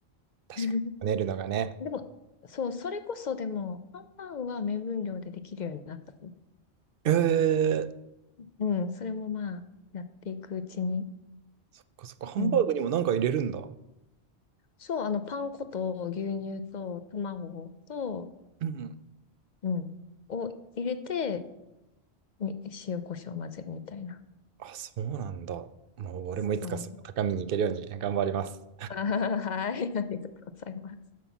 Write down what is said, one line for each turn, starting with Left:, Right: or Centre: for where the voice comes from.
Right: 確かに。
Left: <laughs>
Right: こねるのがね。
Left: でも、そう、それこそでも、ハンバーグは目分量でできるようになった。
Right: えー、
Left: うん、それもまあ、やっていくうちに。
Right: そっかそっか。ハンバーグにもなんか入れるんだ。
Left: うん。そう、あの、パン粉と牛乳と卵と、
Right: うん。
Left: うん、を入れて、に塩コショウを混ぜるみたいな。
Right: あ、そうなんだ。もう俺もいつかその高みに行けるように頑張ります。
Left: そう。<laughs> あーはい、ありがとうございます。